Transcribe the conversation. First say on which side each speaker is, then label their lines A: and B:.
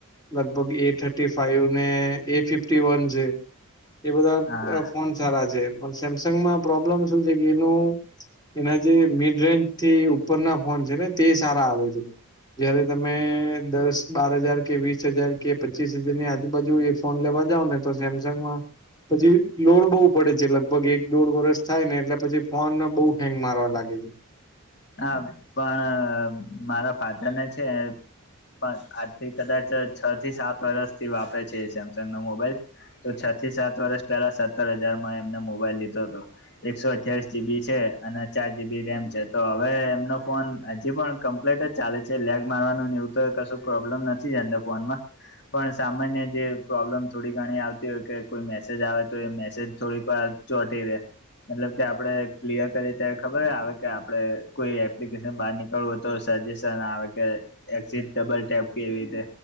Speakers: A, on the left; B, on the left.
A: લગભગ એ થર્ટી ફાઈવ ને એ ફિફ્ટી વન છે એ બધા
B: હા
A: ફોન સારા છે પણ સેમસંગમાં પ્રોબ્લેમ શું છે કે એનું એના જે મીડ રેન્જ થી ઉપરના ફોન છે ને તે સારા આવે છે. જયારે તમે દસ બાર હજાર કે વીસ હજાર કે પચીસ હજાર ની આજુબાજુ ફોન લેવા જાવ ને તો સેમસંગ માં પછી લોડ બહુ પડે છે લગભગ એક દોઢ વરષ થાય ને એટલે પછી ફોન બહુ હેંગ મારવા લાગે છે.
B: હા પણ મારા ફાધર ને છે પન આજથી કદાચ છ થી સાત વરસથી વાપરે છે, સેમસંગ નો મોબાઈલ. તો છ થી સાત વરસ પેલા, સત્તર હજારમાં એમને મોબાઈલ લીધો હતો. એકસો અઠ્યાવીસ જીબી છે અને ચાર જીબી રેમ છે. તો હવે એમનો ફોન હજી પણ કમ્પ્લેટ જ ચાલે છે, લેગ મારવાનું એવું તો કશું પ્રોબ્લેમ નથી જ અંદર. ફોનમાં. પણ સામાન્ય જે પ્રોબ્લેમ થોડી ઘણી આવતી હોય, કે કોઈ મેસેજ આવે તો એ મેસેજ થોડીક વાર ચોટી રે. મતલબ કે આપડે ક્લિયર કરીએ ત્યારે ખબર આવે કે આ આપડે કોઈ એપ્લિકેસન બહાર નીકળવું, તો સજેશન આવે કે. એક્ઝિટ, ડબલ ટેપ કે એવી રીતે.